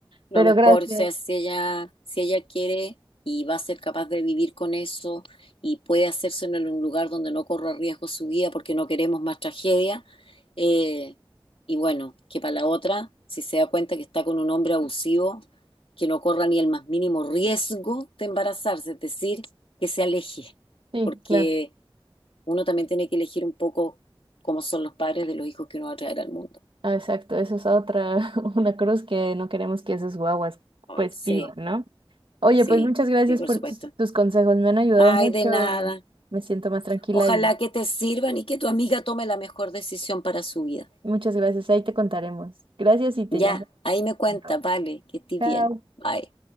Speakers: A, on the left; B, on the right.
A: Lo
B: Pero
A: mejor,
B: gracias.
A: o sea, si ella, si ella quiere y va a ser capaz de vivir con eso y puede hacerse en un lugar donde no corra riesgo su vida porque no queremos más tragedia. eh, y bueno, que para la otra, si se da cuenta que está con un hombre abusivo, que no corra ni el más mínimo riesgo de embarazarse, es decir, que se aleje,
B: Sí,
A: porque
B: claro.
A: uno también tiene que elegir un poco cómo son los padres de los hijos que uno va a traer al mundo.
B: Ah, exacto, eso es otra, <laughs> una cruz que no queremos que esas guaguas
A: Ay,
B: pues
A: sí,
B: vivan, ¿no? Oye,
A: sí,
B: pues muchas gracias
A: sí, por
B: por
A: supuesto.
B: tus, tus consejos, me han ayudado
A: Ay,
B: mucho.
A: de nada.
B: eh, me siento más tranquila
A: Ojalá
B: y
A: que te sirvan y que tu amiga tome la mejor decisión para su vida.
B: Muchas gracias, ahí te contaremos. Gracias y te
A: Ya,
B: llamo
A: ahí me cuenta,
B: pronto.
A: vale, que estés
B: Chao.
A: bien. Bye.